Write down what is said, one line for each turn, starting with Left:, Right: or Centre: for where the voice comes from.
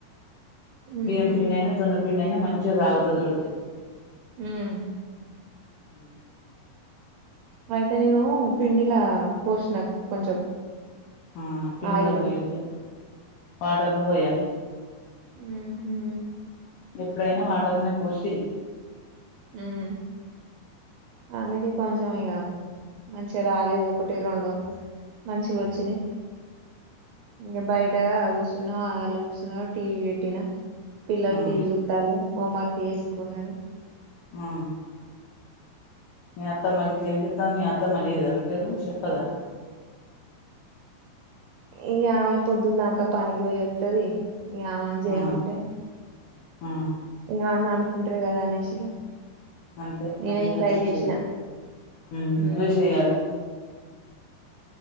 Left: బియ్యాం
Right: ఉహు
Left: పిండైనా జొన్న పిండైనా మంచిగా సాగుతాది రొట్టె
Right: హ్మ్మ్
Left: అ
Right: అయితే నేను పిండిలా పోసిన కొంచెం
Left: ఆ పిండిలో
Right: ఆయిల్
Left: పోయదు వాటర్లో పోయ్యాలే
Right: ఉమ్ హ్మ్మ్
Left: ఎప్పుడైనా వాటర్లోనే పోసై
Right: ఉమ్ అందుకే కొంచం ఇంగా మంచిగా రాలేదు ఒకటి రెండు మంచిగా వచ్చింది ఇంకా బయట కూర్చున్నామ్ వాళ్ళు కూర్చున్నా టీవీ పెట్టినా పిల్లలు
Left: ఆ
Right: టీవీ చుత్తలు హోమ్వర్క్ వేసుకున్నారు
Left: ఆ మీ అత్త మగత్లి ఏం చెత్తంది మీ అత్తమ్మ చెయ్యదా రొట్టి తను చెప్పదా
Right: ఇంగా ఆమె పొద్దున్నాక పనికి పోయి వస్తుది ఇంకాఆమెని చేయమంటే
Left: ఆ ఆ
Right: ఇంక అన్నా అనుకుంటారు కదా అనేసి
Left: అంతే
Right: నేనే
Left: అంతే
Right: ట్రై
Left: అట్నే
Right: చేసిన
Left: చేయాలా హుమ్
Right: ఉమ్
Left: నువ్వే చేయాలా